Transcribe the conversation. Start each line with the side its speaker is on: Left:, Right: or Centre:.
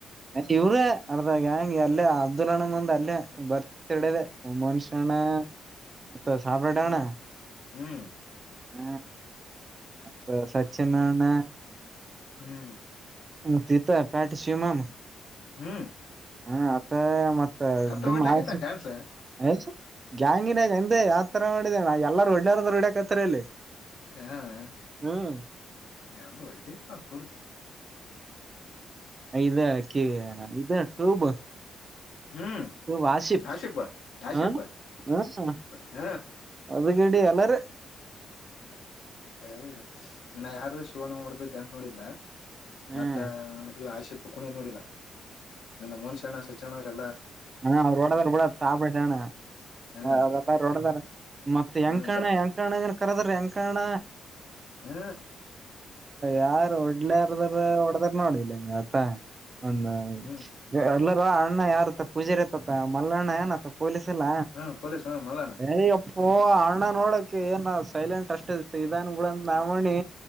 Right: ಇವ್ರೇ ಅರ್ದ ಗ್ಯಾಂಗ್ ಅಲ್ಲೇ ಅಬ್ದುಲ್ ಅಣ್ಣಂದ್ ಅಂದ ಅಲ್ಲೇ ಬರ್ತ್ಡಡೆದೆ. ಮನ್ಷ್ಯಣ ಮತ್ತೆ ಸಾಬ್ರಡೆಣ.
Left: ಹ್ಮ್ ಹ್ಮ್
Right: ಹಾ ಮತ್ತ ಸಚಿನಣ್ಣ.
Left: ಹ್ಮ್
Right: ಹ ತಿತ ಪ್ಯಟಿ ಶಿವಮಾಮ.
Left: ಹ್ಮ್
Right: ಹಾ ಅತ್ತೆ ಮತ್ತೆ
Left: ಹತ್ತ
Right: ಡುಂಸ
Left: ಬಿಡ್ಲಾಕೈತ ಡ್ಯಾನ್ಸ್
Right: ಅಸಿ ಗ್ಯಾಂಗನ್ಗ. ಮತ್ತೆ ಯಾವ್ತರ ಮಾಡಿದೆ ಅಣ್ಣ ಎಲ್ಲರ ಒಳ್ಳೆಯಾರದ್ ರೀಡಕತ್ತರಿ ಇಲ್ಲಿ.
Left: ಹಾ <unintelligible>
Right: ಹ್ಮ್ ಐದಕ ಕೀ ಇದ ಟ್ಯೂಬು.
Left: ಹ್ಮ್
Right: ಹಾಸಿಫ್
Left: ಆಶಿಪ ಆಶಿಪ
Right: ಹ ಹ.
Left: ಹ
Right: ಉದ್ಕಡ್ಡಿ ಎಲ್ಲರೂ.
Left: ಹ ನಾಯಾರು ಶಿವಣ ವಡದಿದು <unintelligible> ನೋಡಿದ್ದ.
Right: ಹ್ಮ್
Left: ಮತ್ತ ಇವ ಆಶೆಪ್ಪ ಕುಣಿಯದ್ ನೋಡಿಲ್ಲಾ ಇನ್ನ ಮೌನೇಶಣ್ಣ ಸಚನಣ್ಣವ್ರೆಲ್ಲ.
Right: ಹಣ್ಣ ಅವ್ರ ಓಡದ್ರ ಬುಡು ಸಾಬರಡ ಅಣ್ಣ.
Left: ಹ
Right: ಅರಬ್ಬ ರೋಡದರೆ ಮತ್ತೆ ಯಂಕಣ
Left: ಹ ಗ
Right: ಯಂಕಣ ಕರೆದರೂ ಯಂಕಣ್ಣ.
Left: ಹ್ಮ್
Right: ಯಾರ್ ಒಡ್ಲಾರದರು ಒಡದಾರ್ ನೋಡ್ದಿಲ್ಲಂಗತ್ತ. ಒಂದ
Left: ಹ್ಮ್
Right: ಎಲ್ಲಾರು ಅಣ್ಣ ಯಾರತ್ತ ಪೂಜಾರಿ ತ್ತತ್ತ ಮಲ್ಲಣ್ಣ ಏನತ್ತ ಪೊಲೀಸ್. <unintelligible> ಲ್ಲ
Left: ಹಾ ಪೊಲೀಸ್ ಹ ಮಲ್ಲಣ್ಣ
Right: ಸರಿಯೋಪ್ ಓ ಅಣ್ಣ ನೋಡಕ ಏನ್ ಸೈಲೆಂಟು ಅಷ್ಟೆ ಇದನ್ ಬಿಡಂತ ನಾಮಣಿ.